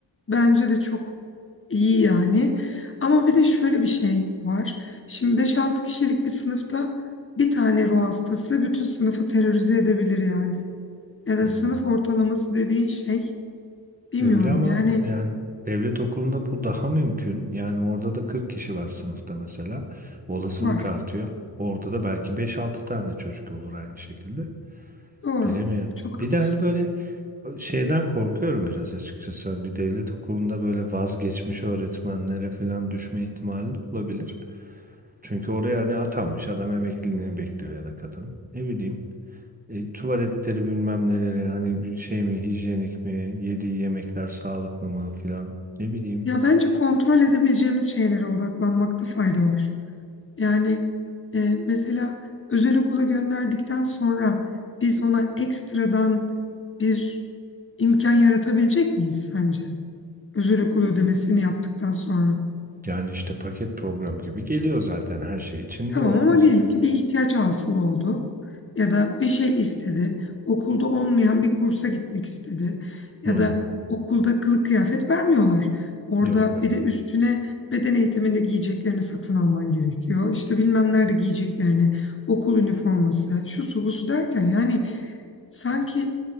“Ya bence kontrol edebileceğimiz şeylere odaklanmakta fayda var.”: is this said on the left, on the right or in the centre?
Left